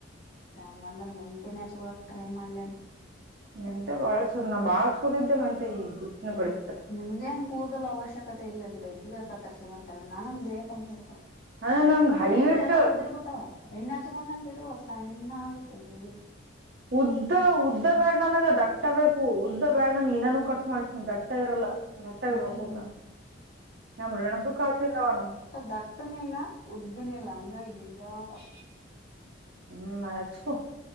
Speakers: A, on the left (about 55°); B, on the right (about 55°).
A: ಇದ ಹಂಗಂದ್ರೆ ಮೆಂತೆನಚ್ಗಳಕ್ ಟ್ರೈ ಮಾಡ್ಲನ್
B: ಮೆಂತೆ ಬಾಳ ಚಂದ ನಾ ಬಾಳಚ್ಕೋದಿದ್ದೆ ಮೆಂತೆತ್ ಈಗ್ ಗಿಫಿನ ಕೊಡೆ
A: ನಿಮ್ಗ ಏನ್ ಕೂದಲು ಅವಶ್ಯಕತೆ ಇಲ್ಲ ಬಿಡ ಇದ್ ಬೇಕ ತರ್ಸುವಂತ ನಂಗಗ್ ಬೇಕಕ್ ಅನ್ಸತಾವ
B: ಅದ ನಂಗ್
A: ನಮ್
B: ಹೈಟ್
A: ಕೂದಲು ಎಲ್ಲಾ ಉದ್ರ ಬಿಟ್ಟ ಎಣ್ಣೆ ಹಚ್ಕೊಂಡಂತ ಇಟ್ಟುವ ಸಣ್ಣ ಆಗತ್ತೆ ಜೋಡಿ
B: ಉದ್ದ ಉದ್ದ ಬ್ಯಾಡ್ಣನಾಗ ದಟ್ಟ ಬೇಕು ಉದ್ದ ಬ್ಯಾಡ್ಣ ನಾನೂ ಕಟ್ ಮಾಡಿಸತನಿ ದಟ್ಟ ಇರಲ್ಲ ಗಟ್ಟಗ
A: ಹ್ಮ್
B: ಇರ್ಬೇಕ ಕೂದಲಾ ನಮ್ ರೆಣಕಕ್ ಹಾಕಿಂದವನು
A: ದಟ್ಟನ ಇಲ್ಲ ಉದ್ದನ ಇಲ್ಲ ಅವಂಗಾಗಿ ಬೇಜಾರು
B: ಹ್ಮ್ ಹಚ್ಕೋ